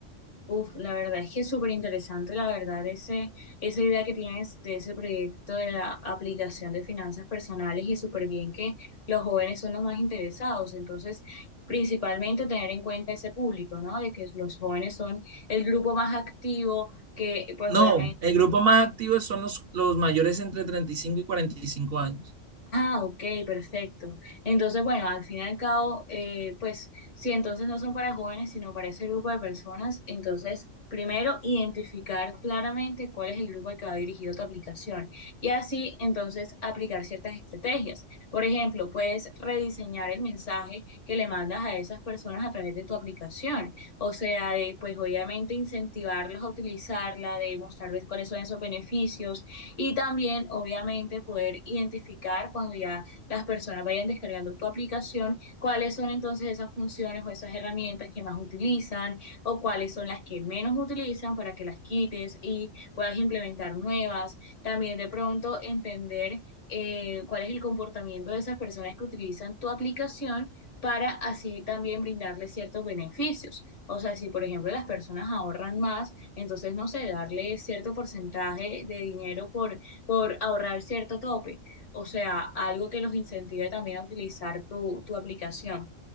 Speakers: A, on the left; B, on the right.
A: Uf, la verdad es que es súper interesante, la verdad, ese, esa idea que tienes de ese proyecto de la aplicación de finanzas personales y súper bien que los jóvenes son los más interesados. Entonces, principalmente tener en cuenta ese público, ¿no? De que los jóvenes son el grupo más activo, que pues
B: No,
A: obviamente
B: el grupo más activo son los, los mayores entre treinta y cinco y y cuarenta y cinco años.
A: Ah, ok, perfecto. Entonces, bueno, al fin y al cabo, eh, pues si entonces no son para jóvenes, sino para ese grupo de personas, entonces primero identificar claramente cuál es el grupo al que va dirigido tu aplicación y así entonces aplicar ciertas estrategias. Por ejemplo, puedes rediseñar el mensaje que le mandas a esas personas a través de tu aplicación, o sea, de pues obviamente incentivarlos a utilizarla, de mostrarles cuáles son esos beneficios y también, obviamente, poder identificar cuando ya las personas vayan descargando tu aplicación, cuáles son entonces esas funciones o esas herramientas que más utilizan o cuáles son las que menos utilizan para que las quites y puedas implementar nuevas. También de pronto entender eh, cuál es el comportamiento de esas personas que utilizan tu aplicación para así también brindarles ciertos beneficios. O sea, si por ejemplo las personas ahorran más, entonces, no sé, darle cierto porcentaje de dinero por, por ahorrar cierto tope. O sea, algo que los incentive también a utilizar tu, tu aplicación.